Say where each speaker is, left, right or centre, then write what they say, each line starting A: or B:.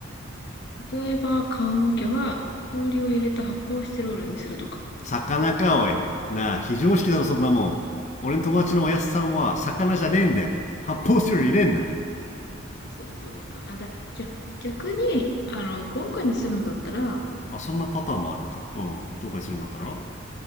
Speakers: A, on the left; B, on the left.
A: 例えば、棺桶は氷を入れた発泡スチロールにするとか。
B: 魚か、おい。なあ、非常識だろ、そんなもん。俺の友達のおやすさんは、魚じゃねえんだよ。発泡スチロール入れんな。
A: そう、そうですか。あ、だ、じゃあ、逆に、あの、豪華にするんだったら、
B: あ、そんなパターンもあるんだ。うん、どうかにするんだったら
A: はい。